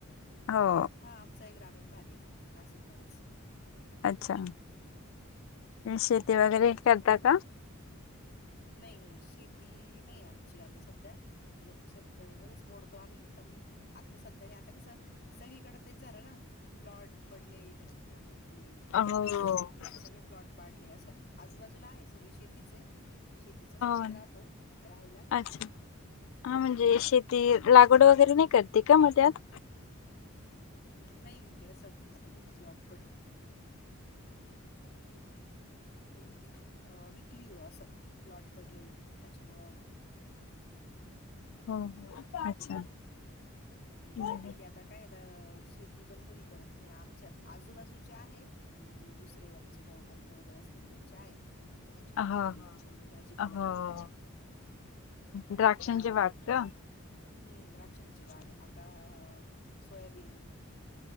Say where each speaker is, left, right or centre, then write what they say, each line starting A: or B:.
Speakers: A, on the left; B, on the left.
A: हो
B: हा आमचा ही ग्रामीण भाग आहे नाशिकमध्येच
A: अच्छा शेती वगैरे
B: त्याच्यामुळ
A: करता
B: मग
A: का
B: नाही नाही शेती नाही आमची आता सध्या म्हणजे शेतकरीमध्येच मोडतो आम्ही पण आता सध्या नाही आता कस सगळीकडे तेच झालं ना प्लॉट पडले त्याच्यामुळे मग ते
A: हो
B: शेतीचे
A: हो
B: सगळे प्लॉट पाडले असं आजूबाजूला आहे सगळी शेतीच आहे शेतीच्या याच्यात
A: ना
B: राहतो राहायला
A: अच्छा हा म्हणजे शेती लागवड वगैरे नाही करते का मग त्यात
B: नाही ते असं आता तिथे प्लॉट पडले ती विक विकली असं प्लॉट पडले त्याच्यामुळं
A: ह हा अच्छा
B: बऱ्यापैकी
A: बरं.
B: आता काय शेती पण कोणी करत नाही आमच्या आजूबाजूच्या आहे म्हणजे दुसरे आमचे भाऊबंध वगैरे असतील त्यांचे आहे कोणाची बाग
A: हा हा
B: आहे कोणी भाजीपाला
A: हो
B: करत
A: द्राक्षांचे
B: आता
A: बाग का?
B: हम्म द्राक्षांचे बाग आता आ सोयाबीन